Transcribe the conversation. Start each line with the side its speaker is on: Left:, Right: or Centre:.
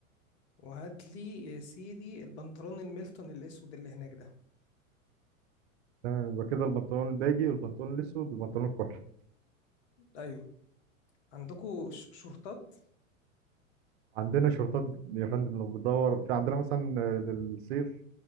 Left: وهات لي يا سيدي البنطلون الميلتون الاسود اللي هناك ده
Right: تمام يبقى كده البنطلون الباجي والبنطلون الأسود والبنطلون الكحلي
Left: ايوه عندكو ش- شورتات
Right: عندنا شورتات يا فندم لو بتدور في عندنا مثلا آه، للصيف